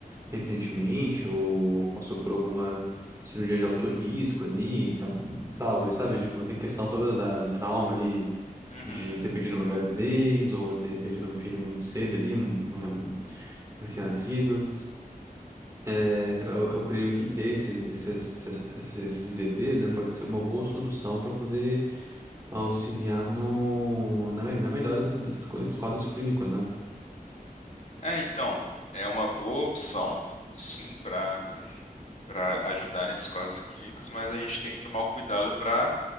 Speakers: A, on the right; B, on the left.
A: recentemente, ou passou por alguma cirurgia de alto risco ali, tá, sabe, sabe? Tipo, tem questão toda da- do trauma ali
B: Uhum.
A: de ter perdido uma gravidez ou ter perdido um filho muito cedo ali, um, um- um recém-nascido. É, eu, eu creio que ter esses, esses, esses, esses bebês, né, pode ser uma boa solução para poder auxiliar no, na, me- na melhora do- desses, co- desses quadros clínicos, né?
B: É, então, é uma boa opção, sim, para para ajudar nesses casos clínicos, mas a gente tem que tomar o cuidado para